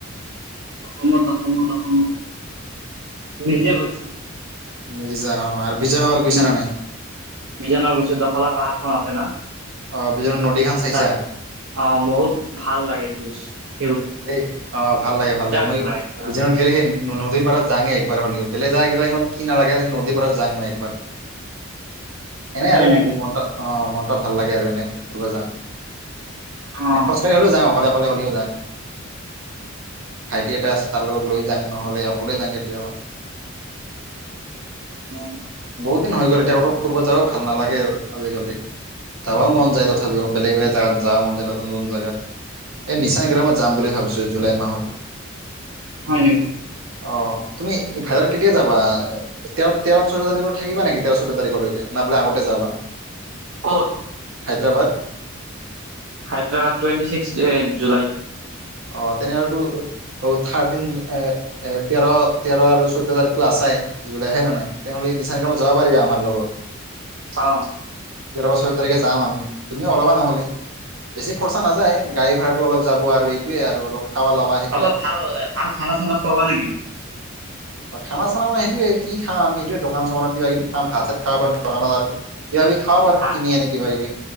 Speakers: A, on the right; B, on the right.
A: অসমত অসমত অসমত নিজে গৈছো।
B: মিৰিজা অ আৰু বিজয়নগৰ গৈছা
A: উ
B: নে নাই
A: বিজানৰ গৈছো দখলা পাহাৰ খন আছে ন,
B: অ বিজয়নগৰ নদীখন চাইছা?
A: তাত অ বহুত ভাল লাগে উ
B: এ অ ভাল লাগে ভাল লাগে মই
A: ভিউ আহে একেবাৰে
B: বিজানুত গ'লেহেন নদীৰ পাৰত যাে একবাৰ হ'লেও বেলেগ যায় কেইা ইমান কি নালাগে নদীৰ পাৰত যাং মই একবাৰ। এনে
A: হয় নেকি
B: ম অ ম ভাল লাগে আৰু এনে ফুৰিব যাওঁ।
A: অ
B: এ খোজকাঢ়ি হলেও যাওঁ অকলে অকলে <unintelligible> <unintelligible> ভাইটি এটা আছে তাৰ লগত লৈ যাম। নহ'লে অকলে যাওঁ কেতিয়াবা!
A: অ
B: বহুত দিন হৈ গ'ল এতিয়া কত ফুৰিব যাও ভাল নালাগে আৰু আজিকালি যাবও মন যায় তথাপিও বেলেগ বেলেগ জাত যাবা মন যায় নতুন নতুন জেগাত এই নিচা এক ম যাম বুলি ভাবিছোঁ জুলাই মাহত।
A: হয় নেকি
B: অ তুমি ভাইদত কেতিয়া যাবা তেৰ তেৰ চৈধ্য তাৰিখৰ থাকিবা নেকি। তেৰ চৈধ্য তাৰিখলৈকে ন বোলে আগতে যাবা।
A: ক'ত?
B: Hyderabad.
A: Hyderabad twenty six July.
B: অ তেনেহ'লে থাৰ্টিন এ এ তেৰ তেৰ আৰু চৈধ্যয় তাৰিখতটো আছাই জুলাই হয় নে নাই। তেওঁলি নিচান কামত যাব পাৰিবি আমাৰ লগত।
A: অহ
B: তেৰ পাচ ছয় তাৰিখে যাম আমি তুমিও ওলাবা নহ'লে বে খৰচা নাযায় গাড়ী ভাড়াটো অলপ যাব আৰু। সেইটো আৰু অলপ। খাৱা ল'বা সেইটোয়ে
A: অলপ ভাল ভাল খানা চানা খোৱাবা নেকি?
B: হয় খানা চানা মানে সেইটোয়ে কি খাম আমি এইটোয়ে দোকান চোকানত কিবা কিবি খাম ভাত চাত খাব পাৰোঁ দোকানত আৰু। কিবা কিবি খাব পাৰো
A: হা
B: কিনি এনে কিবা কিবি